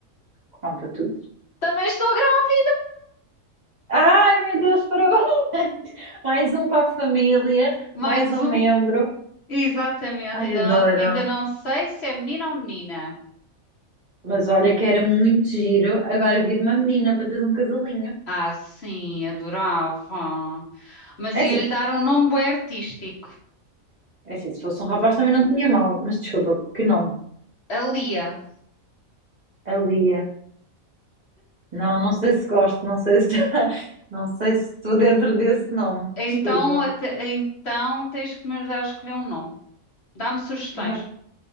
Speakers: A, on the right; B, on the left.
A: Conta tudo.
B: Também estou grávida.
A: Ai, meu Deus, parabéns! <laughs> Mais um para a família,
B: Mais
A: mais um
B: um.
A: membro.
B: Exatamente.
A: Ai,
B: Ainda,
A: adoro.
B: ainda não sei se é menino ou menina.
A: Mas olha que era muito giro agora vir uma menina para teres um casalinho.
B: Ah, sim, adorava. Mas
A: É
B: ia-lhe
A: assim,
B: dar um nome bué artístico.
A: é assim, se fosse um rapaz também não tinha mal, mas desculpa, que nome?
B: A Lia.
A: A Lia. Não, não sei se gosto, não sei se <laughs> não sei se estou dentro desse nome.
B: Então,
A: Desculpa.
B: até- então tens que me ajudar a escolher um nome. Dá-me sugestões.
A: Não,